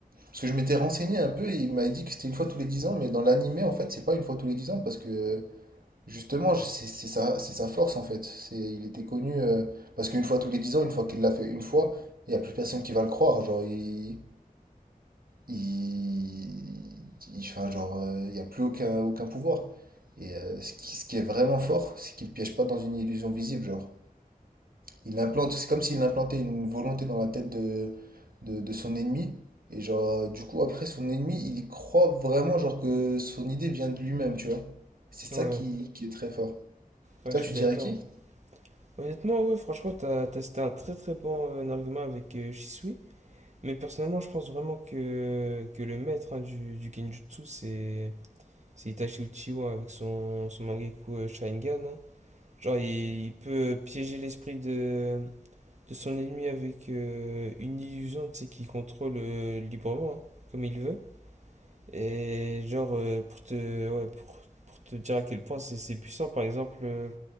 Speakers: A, on the right; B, on the right.
A: Parce que je m'étais renseigné un peu, et il m'avait dit que c'était une fois tous les 10 ans, mais dans l'animé, en fait, c'est pas une fois tous les 10 ans, parce que justement, je- c'est c'est sa, c'est sa force, en fait. C'est, il était connu, euh, parce qu'une fois tous les 10 ans, une fois qu'il l'a fait une fois, il n'y a plus personne qui va le croire. Genre, il il, il, enfin, genre, euh, il n'y a plus aucun, aucun pouvoir. Et euh, ce qui, ce qui est vraiment fort, c'est qu'il ne piège pas dans une illusion visible, genre. Il implante, c'est comme s'il implantait une volonté dans la tête de, de, de son ennemi. Et genre, euh, du coup, après, son ennemi, il croit vraiment, genre, que son idée vient de lui-même, tu vois. C'est
B: Ouais.
A: ça qui, qui est très fort.
B: Ouais,
A: Toi,
B: je
A: tu
B: suis d'accord.
A: dirais qui?
B: Honnêtement, ouais, franchement, t'as, t'as- c'était un très très bon euh, argument avec euh, Shisui. Mais personnellement, je pense vraiment que, que le maître hein, du, du Kenjutsu, c'est, c'est Itachi Uchiwa avec son, son Mangekyou euh, Sharingan. hein. Genre, il, il peut piéger l'esprit de, de son ennemi avec euh, une illusion, tu sais, qu'il contrôle euh, librement, hein, comme il veut. Et genre, euh, pour te, ouais, pour te dire à quel point c'est c'est puissant, par exemple, euh,